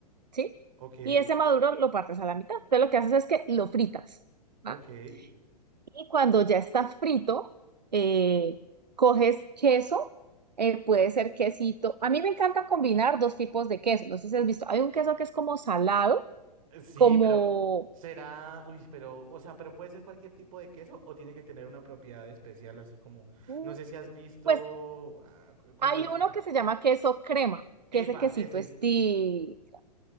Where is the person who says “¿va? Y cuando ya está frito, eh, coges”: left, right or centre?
Right